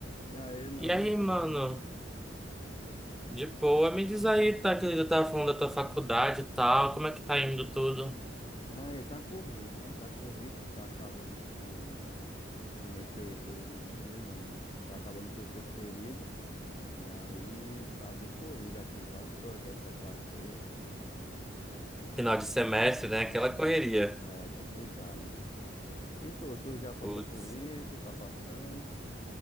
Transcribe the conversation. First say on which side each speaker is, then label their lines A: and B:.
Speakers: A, on the left; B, in the centre.
A: E aí, meu
B: E
A: amigo,
B: aí,
A: tudo
B: mano,
A: bem?
B: de boa, me diz aí, tá, que eu tava falando da tua faculdade e tal, como é que tá indo tudo?
A: E aí, tá corrido, né? Tá corrido, tá acabando o, o primeiro período. Não, primeiro não. Tá acabando o terceiro período. E aí, tá bem corrido aqui, vários projetos pra fazer.
B: Final de semestre, né? Aquela correria.
A: É complicado. E tu, tu já passou
B: Putz.
A: por isso? Tá passando?